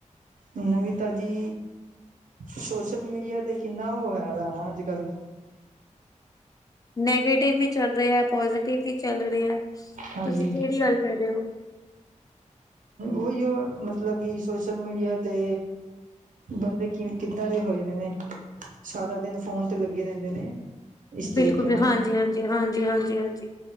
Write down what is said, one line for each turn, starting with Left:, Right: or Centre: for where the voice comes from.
Right: ਨਵੀ ਤਾਜੀ ਸੋਸ਼ਲ ਮੀਡੀਆ ਤੇ ਕਿੰਨਾ ਉਹ ਹੈਗਾ ਨਾ ਅੱਜ ਕੱਲ
Left: ਨੈਗੇਟਿਵ ਵੀ ਚੱਲ ਰਿਹਾ ਹੈ ਪੋਜੀਟਿਵ ਵੀ ਚੱਲ ਰਿਹਾ ਹੈ
Right: ਹਾਂਜੀ
Left: ਤੁਸੀਂ ਕਿਹੜੀ ਗੱਲ ਕਰ ਰਹੇ ਹੋ
Right: ਉਹੀ ਮਤਲਬ ਕਿ ਸੋਸ਼ਲ ਮੀਡੀਆ ਤੇ ਬੰਦੇ ਕਿ ਕਿੱਦਾਂ ਦੇ ਹੋਏ ਦੇ ਨੇ ਸਾਰਾ ਦਿਨ ਫੋਨ ਤੇ ਲੱਗੇ ਰਹਿੰਦੇ ਨੇ ਇਸ
Left: ਬਿਲਕੁਲ
Right: ਤਰੀਕੇ
Left: ਵੀ
Right: ਨਾਲ
Left: ਹਾਂਜੀ ਹਾਂਜੀ ਹਾਂਜੀ ਹਾਂਜੀ ਹਾਂਜੀ